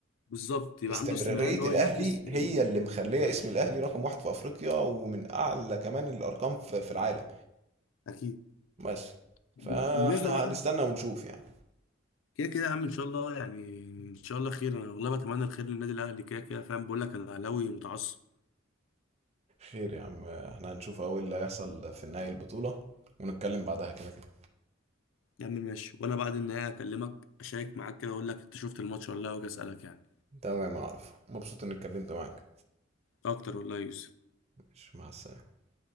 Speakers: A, on the left; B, on the right.
A: بالظبط يبقى
B: استمرارية
A: عنده استمراريه ان هو
B: الأهلي
A: ينافس ال...
B: هي اللي مخلية اسم الأهلي رقم واحد في أفريقيا ومن أعلى كمان الأرقام في في العالم
A: اكيد
B: بس
A: ب-
B: فاحنا
A: بالنسبه بقى
B: هنستنى ونشوف يعني
A: كده كده يا عم ان شاء الله يعني ان شاء الله خير انا والله بتمنى الخير للنادي الاهلي كده كده فاهم بقول لك انا اهلاوي متعصب
B: خير يا عم احنا هنشوف أول اللي هيحصل في نهاية البطولة ونتكلم بعدها كده كده
A: يا عم ماشي وانا بعد النهايه اكلمك اشارك معاك كده اقول لك انت شفت الماتش ولا لا واجي اسالك يعني
B: تمام يا عارف مبسوط إني اتكلمت معاك
A: اكتر والله يا يوسف
B: ماشي، مع السلامة